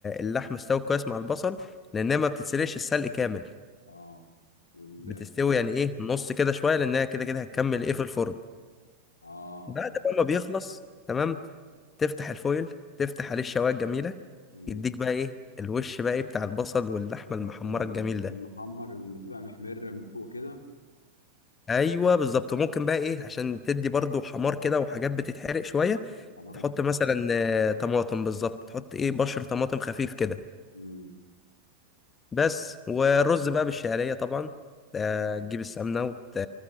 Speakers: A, on the left (about 20°); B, on the left (about 80°).
A: اللحم استوى كويس مع البصل لأنها ما بتتسلقش السلق كامل
B: اه وال
A: بتستوي يعني ايه نص كده شوية لأنها كده كده هتكمل ايه في الفرن
B: اه
A: بعد
B: آه.
A: بقى ما بيخلص تمام تفتح الفويل تفتح عليه الشوايه الجميله
B: مم.
A: يديك بقى ايه الوش بقى ايه بتاع البصل واللحمه المحمره
B: الم-
A: الجميل ده
B: المحمر اللي بتبقى محمرة من فوق كده
A: ايوه بالظبط ممكن بقى ايه عشان تدي برضو حمار كده وحاجات بتتحرق شويه
B: حمار
A: تحط
B: وحمير
A: مثلا آه، طماطم بالظبط تحط
B: مم.
A: ايه بشر طماطم خفيف كده
B: مم.
A: بس والرز بقى بالشعريه طبعا آه،
B: مم.
A: تجيب السمنه وت...